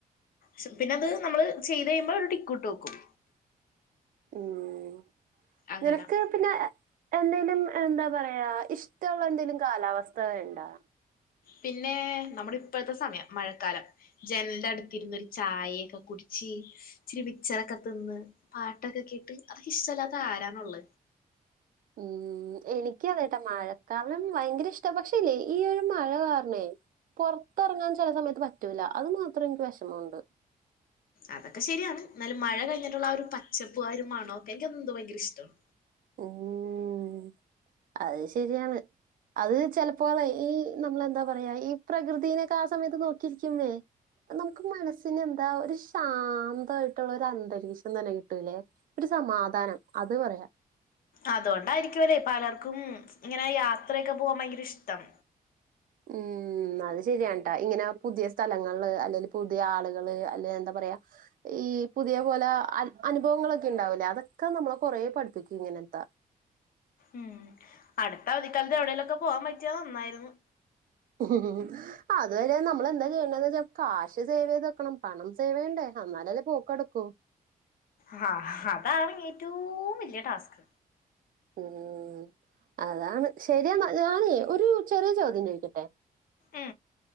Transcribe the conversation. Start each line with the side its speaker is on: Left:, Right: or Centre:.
Left: ശെ പിന്നത് നമ്മള് ചെയ്ത് കഴിയുംമ്പോ ഒരു ട്ടിക്കൂട്ട് വെക്കും.
Right: ഉം
Left: അങ്ങനെ
Right: നിനക്ക്. പിന്നെ എന്തേലും എന്താ പറയാ ഇഷ്ട്ടൊള്ള എന്തേലും കാലാവസ്ഥ ഇണ്ടാ
Left: പിന്നെ നമ്മടെ ഇപ്പഴ്ത്തെ സമയം മഴക്കാലം. ജനൽന്റെടുത്ത് ഇരുന്ന് ഒരു ചായക്കെ കുടിച്ച്. ഇച്ചിരി മിച്ചറൊക്ക തിന്ന് പാട്ടൊക്കെ കേട്ട് അതൊക്കെ ഇഷ്ട്ടല്ലാത്ത ആരാണുള്ള
Right: ഉം എനിക്ക് അതേട്ടാ മഴക്കാലം ഭയങ്കര ഇഷ്ട്ടാ പക്ഷേല്ലേ ഈ ഒരു മഴ കാർണേ. പൊർത്തെർങ്ങാൻ ചെല സമയത്ത് പറ്റൂല്ല അത് മാത്രം എനിക്ക് വെഷ്മൊണ്ട്.
Left: അതൊക്കെ ശെരിയാണ് എന്നാലും മഴ കഴിഞ്ഞിട്ടൊള്ള ആ ഒരു പച്ചപ്പും ആ ഒരു മണോക്കെ എനിക്കെന്തോ ഭയങ്കര ഇഷ്ട്ടാണ്.
Right: ഉം അത് ശെരിയാണ്. അത് ചെൽപ്പോലെ ഈ നമ്മളെന്താ പറയാ ഈ പ്രകൃതീനൊക്കെ ആ സമയത്ത് നോക്കിയിരിക്കുമ്പേ നമുക്ക് മനസ്സിനെന്താ ഒരു ശാന്തായിട്ടൊള്ള ഒരു അന്തരീക്ഷം തന്നെ കിട്ടൂല്ലേ. ഒരു സമാധാനം അത് പറയാ.
Left: അതോണ്ടായിരിക്കൂല്ലെ പലർക്കും ഇങ്ങനെ യാത്രയൊക്ക പോവാൻ ഭയങ്കര ഇഷ്ട്ടം.
Right: ഉം അത് ശരിയാൺട്ടാ ഇങ്ങനെ പുതിയ സ്ഥലങ്ങൾല് അല്ലെങ്കി പുതിയ ആളുകള് അല്ലെ എന്താ പറയാ. ഈ പുതിയ പോല അ അനുഭവങ്ങളൊക്കെ ഇണ്ടാവൂലേ അതൊക്കെ നമ്മളെ കൊറേ പഠിപ്പിക്കും ഇങ്ങനത്ത
Left: ഉം അടുത്ത അവധിക്കാലത്ത് എവിടേലൊക്കെ പോവാൻ പറ്റിയാ നന്നായിരുന്നു.
Right: <inaudible> അതുവരെ നമ്മൾ എന്താ ചെയ്യേണ്ടന്ന് വെച്ചാ കാശ് സേവെയ്ത് വെക്കണം പണം സേവെയ്യണ്ടേ അന്നാലല്ലേ പോ കൊട്ക്കൂ.
Left: ഹാ ഹതാണ് ഏറ്റവൂം വല്യ ടാസ്ക്.
Right: ഉം അതാണ് ശരിയെന്നാ ഞാനെ ഒരു ചെറിയ ചോദ്യം ചോയിക്കട്ടെ
Left: ഉ